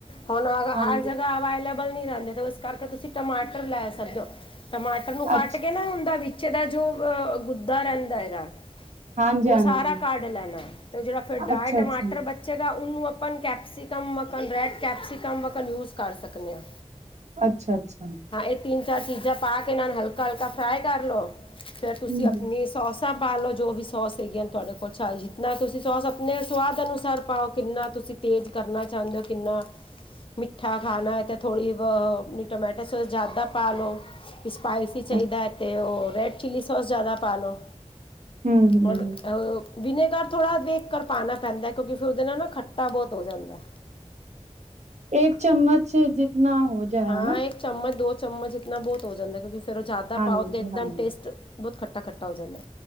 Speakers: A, on the left (about 45°); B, on the right (about 70°).
A: ਹੁਣ
B: ਹਾਂਜੀ
A: ਹਰ ਜਗ੍ਹਾ ਅਵੇਲੇਬਲ ਨ ਰਹਿੰਦੇ, ਉਸ ਕਰਕੇ ਤੁਸੀਂ ਟਮਾਟਰ ਲੈ ਸਕਦੇ ਹੋ, ਟਮਾ ਇਹਨੂੰ ਕੱਟ
B: ਅੱਛ
A: ਕੇ ਨਾ ਓਹਦਾ ਵਿਚ ਦਾ ਜੋ ਗੁੱਦਾ ਰਹਿੰਦਾ ਹੈਗਾ
B: ਹਾਂਜੀ-ਹਾਂਜੀ
A: ਉਹ ਸਾਰਾ ਕਢ ਲੈਣਾ ਤੇ ਜਿਹੜਾ ਫਿਰ ਡਰਾਏ
B: ਅੱਛਾ-ਅੱਛਾ,
A: ਟਮਾਟਰ ਬੱਚਾ ਗਾ ਉਹਨੂੰ ਅਪਾ ਕੈਪਸੀਕਮ ਵਾਕਣ ਰੈਡ ਕੈਪਸੀਕਮ੍ਹ ਵਾਕਣ ਯੂਜ ਕਰ ਸਕਦੇ ਹਾਂ।
B: ਅੱਛਾ ਅੱਛਾ
A: ਹਾਂ, ਇਹ ਤਿੰਨ ਚਾਰ ਚੀਜ਼ਾਂ ਪਾ ਕੇ ਇਹਨਾਂ ਨੂੰ ਹਲਕਾ -ਹਲਕਾ ਫਰਾਈ ਕਰ ਲਉ, ਫੇਰ ਤੁਸੀਂ
B: ਹੂੰ-ਹੂੰ,
A: ਆਪਣੀ ਸੋਸਾਂ ਪਾ ਲਓ, ਜੋ ਵੀ ਸੋਸ ਹੈਗੀਆਂ ਨੇ ਤੁਹਾਡੇ ਕੋਲ, ਜਿੱਨਾ ਤੁਸੀਂ ਸੋਸ ਆਪਣੇ ਸਵਾਦ ਅਨੁਸਾਰ ਪਾਓ ਕਿੰਨਾ ਤੁਸੀਂ ਤੇਜ਼ ਕਰਨਾ ਚਾਹੁੰਦੇ ਹੋ, ਕਿੰਨਾ ਮਿੱਠਾ ਖਾਣਾ ਹੈ ਤਾਂ ਥੋੜ੍ਹੀ ਟਮਾਟੋ ਸੋਸ ਜ਼ਿਆਦਾ ਪਾ ਲਓ ਸਪਾਈਸੀ ਚਾਹੀਦਾ
B: ਅੱਛਾ,
A: ਹੈ, ਅਤੇ ਉਹ ਰੈੱਡ ਚਿੱਲੀ ਸੌਸ ਜ਼ਿਆਦਾ ਪਾ ਲਉ।
B: ਹੂੰ-ਹੂੰ-ਹੂੰ
A: <unintelligible> ਵਿਨੇਗਰ ਥੋੜ੍ਹਾ ਵੇਖ ਕਰ ਪਾਉਣਾ ਪੈਂਦਾ, ਕਿਉਂਕਿ ਫਿਰ ਉਹਦੇ ਨਾਲ ਨਾ ਖੱਟਾ ਬਹੁਤ ਹੋ ਜਾਂਦਾ।
B: ਇੱਕ ਚਮਚ ਜਿੱਤਨਾ ਹੋ ਜਾਏ
A: ਹਾਂ,
B: ਹਨਾ।
A: ਇੱਕ ਚਮਚ ਦੋ ਚਮਚ ਇਤਨਾ ਬਹੁਤ ਹੋ ਜਾਂਦਾ, ਕਿਉਂਕਿ ਫਿਰ ਉਹ ਜ਼ਿਆਦਾ
B: ਹਾਂਜੀ-ਹਾਂਜੀ,
A: ਪਾਓ ਤੇ ਇੱਕਦਮ ਟੇਸਟ ਬਹੁਤ ਖੱਟਾ ਖੱਟਾ ਹੋ ਜਾਂਦਾ,